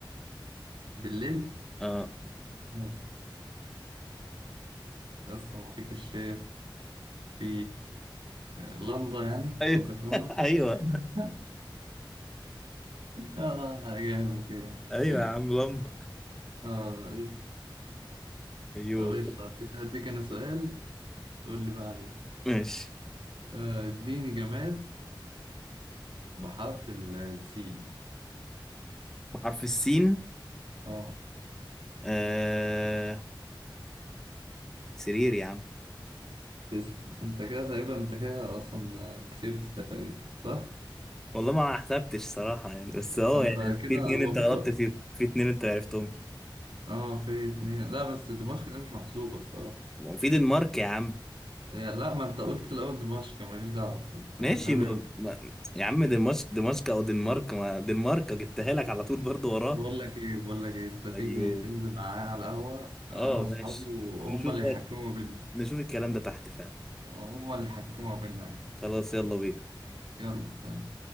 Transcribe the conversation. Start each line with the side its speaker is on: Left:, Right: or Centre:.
Right: بالليل
Centre: اه
Right: آه. يا اسطى ما في كشاف في لندا يعني
Centre: ايوه
Right: قصدك لندا
Centre: <laughs> ايوه
Right: <laughs> اه جامد جامد
Centre: ايوه يا عم لمبه
Right: اه ايش <laughs>
Centre: ايوه
Right: طب ايش هديك هديك انا سؤال قول لي بقى عليه
Centre: ماشي
Right: آه، اديني جماد بحرف ال- السين
Centre: بحرف السين
Right: اه
Centre: آه... سرير يا عم
Right: تسلم انت كده تقريبا انت كده اصلا كسبت تقريبا صح
Centre: والله ما حسبتش صراحة يعني بس هو
Right: انت
Centre: يعني
Right: كده
Centre: في اتنين
Right: هو
Centre: انت
Right: في
Centre: غلطت
Right: سؤال
Centre: فيهم في اتنين انت عرفتهم
Right: اه في اتنين لا بس دمشق دي مش محسوبة الصراحة
Centre: وفي دنمارك يا عم
Right: هي- لا ما انت قلت الاول دمشق ماليش دعوة انت
Centre: ماشي
Right: النبي
Centre: ما... ما... يا عم دنمارك دمشق او دنمارك ما دنمارك جبتها لك على طول برضه وراه
Right: بقول لك ايه بقول لك ايه انت تيجي
Centre: ايوه
Right: تنزل معايا على القهوة انا
Centre: اه
Right: واصحابي
Centre: ماشي
Right: وهم
Centre: نشوف
Right: اللي
Centre: بقى
Right: يحكموا بينا
Centre: نشوف الكلام ده تحت فعلا
Right: هم اللي يحكموا بينا
Centre: خلاص يلا بينا
Right: يلا يلا.